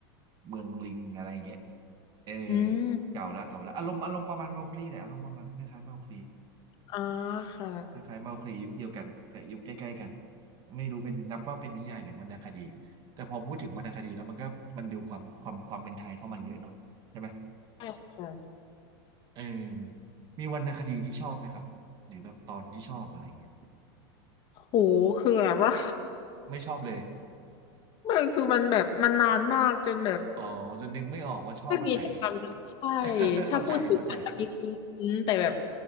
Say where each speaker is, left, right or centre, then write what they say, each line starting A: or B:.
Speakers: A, on the right; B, on the left.
A: เมืองลิงอะไรอย่างเงี้ยเออ
B: อืม
A: เก่าละเก่าละอารมณ์อารมณ์ประมาณเมาคลีแหละอารมณ์ประมาณคล้ายๆเมาคลี
B: อ๋อค่ะ
A: คล้ายๆเมาคลียุคเดียวกันแต่ยุคใกล้ๆกันไม่รู้เป็นนับว่าเป็นนิยายหรือวรรณคดีแต่พอพูดถึงวรรณคดีแล้วมันก็มันดูความความความเป็นไทยเข้ามาเยอะเนาะใช่ไหม
B: ใช่ค่ะ
A: เออมีวรรณคดีที่ชอบไหมครับหรือแบบตอนที่ชอบอะไรเงี้ย
B: โหคือแบบว่า
A: ไม่ชอบเลย
B: <laughs> ไม่คือมันแบบมันนานมากจนแบบ
A: อ๋อจะนึกไม่ออกว่าชอบอันไหน
B: ไม่มีอะไรทำใช่
A: <laughs>
B: ถ้าพูดถึงอาจจะมีคุ้นๆแต่แบบ
A: เข้าใจเข้าใจ